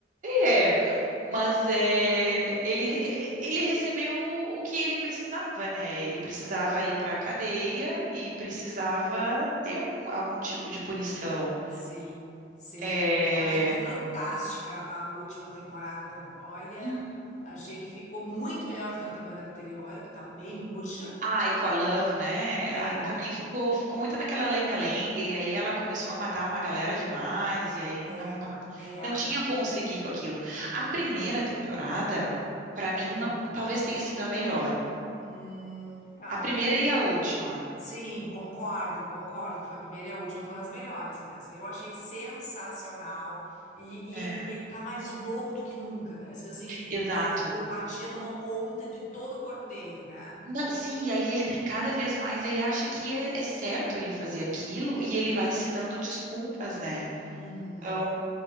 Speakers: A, on the right (about 45°); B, on the left (about 45°).
A: É, mas é, ele, re- ele recebeu o o que ele precisava, né? Ele precisava
B: Claro.
A: ir para a cadeia e precisava ter algum, algum tipo de punição.
B: Sim, sim.
A: É,
B: Eu achei fantástica a última temporada. Olha,
A: uhum.
B: achei que ficou muito melhor do que a temporada anterior, que estava bem murcha.
A: Ah, e com a Love, né?
B: É,
A: Ah, Também ficou, ficou muito naquela lenga-lenga, e aí ela começou a matar uma galera demais, e aí
B: é,
A: não, não,
B: é.
A: não tinha como seguir com aquilo. A primeira temporada, para mim, não-
B: Hum,
A: talvez tenha sido a melhor.
B: hum, é.
A: A primeira e a última.
B: Sim, concordo, concordo. que Foi a primeira e a última foram as melhores mesmo. Eu achei sensacional. E,
A: É.
B: e ele, ele tá mais louco do que nunca. Parece que assim, que
A: Exato.
B: a psicopatia tomou conta de todo o corpo dele, né?
A: Não, sim, e aí ele tem cada vez mais, ele acha que é, é certo ele fazer aquilo e ele vai se dando desculpas, né?
B: Uhum.
A: Então,